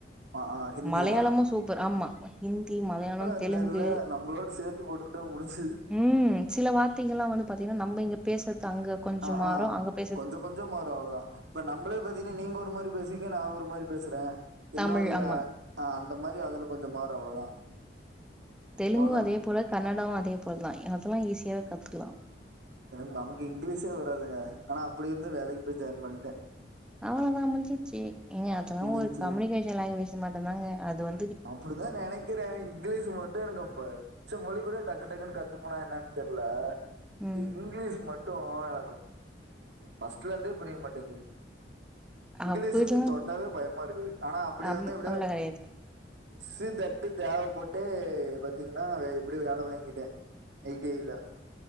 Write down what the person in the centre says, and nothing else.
மலையாளமும் சூப்பர் ஆமா இந்தி மலையாளம்
தெலுங்கு
ம் சில வார்த்தைகள்லாம் வந்து பாத்தீங்கன்னா நம்ம இங்க பேசுறது அங்க கொஞ்சம்
மாரோ
அங்க போய்
தமிழ் ஆமா.
தெலுங்கு
அதே போல கன்னடாவு அதே போலதா அதெல்லா ஈஸியாவே கத்துக்கலா
அவ்ளோதா முஞ்சிச்சி எங்க அதெல்லா
ஒரு கம்யூனிகேஷன் லாங்குவேஜ் மட்டு தாங்க அது வந்
ம்.
அப்படிலாம்
அம்
அவ்வளோ கிடையாது.